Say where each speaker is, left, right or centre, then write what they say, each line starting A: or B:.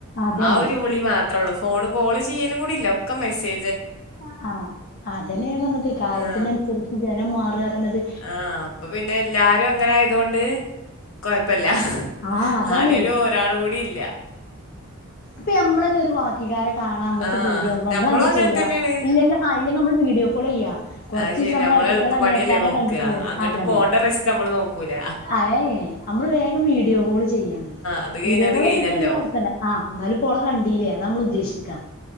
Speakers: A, on the left (about 40°); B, on the left (about 70°).
A: അതന്നെ
B: ആ ഒരുവിളി മാത്രള്ളൂ ഫോണ് കോള്ചെയ്യലും കൂടില്ല ക്ക മെസേ
A: കാണോ അതന്നെഞാപറ്ഞ്ഞത് കാലത്തിനനുസരിച്ച്
B: ആ
A: ജനം മാറാറിണത്
B: ആ അപ്പൊ പിന്നെല്ലാരുങ്ങനെ ആയതൊണ്ട് കൊയപ്പല്ല
A: ആ അതാണേ
B: ആരേലും ഒരാളുംകൂടി ഇല്ലാ
A: പ്പൊനമ്മളെന്നെ ഒരു വാ കാണാമ്മക്ക്
B: ആ
A: പൂതിയാഉമ്പോ നമ്മളന്താചെയ്യാ
B: നമ്മളും അങ്ങനെ തന്നെയാണ്.
A: ഇല്ലെങ്കെ ആ ഇല്ലെങ്കിനമ്മള് വീഡിയോ കോൾ ചെയ്യാ കുറച്ച്
B: അഹ്ശരി
A: ദിവസം നമ്മളെ
B: നമ്മള്
A: ഏട്ടത്തിയാളെ
B: എളുപ്പപണിയല്ലേനോക്കാ
A: അനിയത്താനെ കണ്ടിട്ടില്ലേ
B: അങ്ങട്ട്
A: അതന്നെ
B: പോണ്ടറിസ്ക് നമ്മള്നോക്കൂല
A: അയേ നമ്മള് വേഗം വീഡിയോകോൾ ചെയ് ചെയാണ്
B: അത് കഴിഞ്ഞ
A: വീഡിയോകോളൈയ്തിട്ട്
B: അത് കഴിഞ്ഞല്ലോ
A: അതിന്റെവർത്തന ആ ന്നാലുംപ്പോളെ കണ്ടീലേ അതാമ്മള് ഉദ്ദേശിക്കാ